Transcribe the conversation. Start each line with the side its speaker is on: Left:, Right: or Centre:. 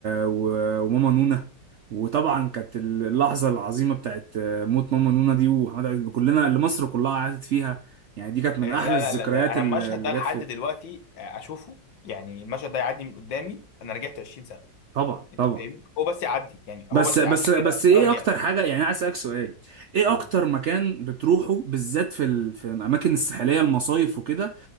Right: و... وماما نونا وطبعا كانت اللحظه العظيمه بتاعت موت ماما نونا دي وحماده عزه اللي كلنا اللي مصر كلها قعدت فيها يعني دي كانت من
Left: آه،
Right: احلى
Left: لا
Right: الذكريات
Left: لا لا لا انا
Right: اللي
Left: المشهد
Right: اللي
Left: ده
Right: جت
Left: لحد
Right: في
Left: دلوقتي آه، اشوفه يعني المشهد ده يعدي من قدامي انا رجعت 20 سنه
Right: طبعا
Left: انت
Right: طبعا
Left: فاهمني هو بس يعدي يعني هو
Right: بس
Left: بس
Right: بس
Left: يعدي
Right: بس
Left: كده
Right: ايه
Left: انا رجعت
Right: اكتر حاجه يعني أنا عايز اسالك سؤال ايه
Left: قول
Right: اكتر مكان بتروحه بالذات في ال... في الاماكن الساحليه المصايف وكده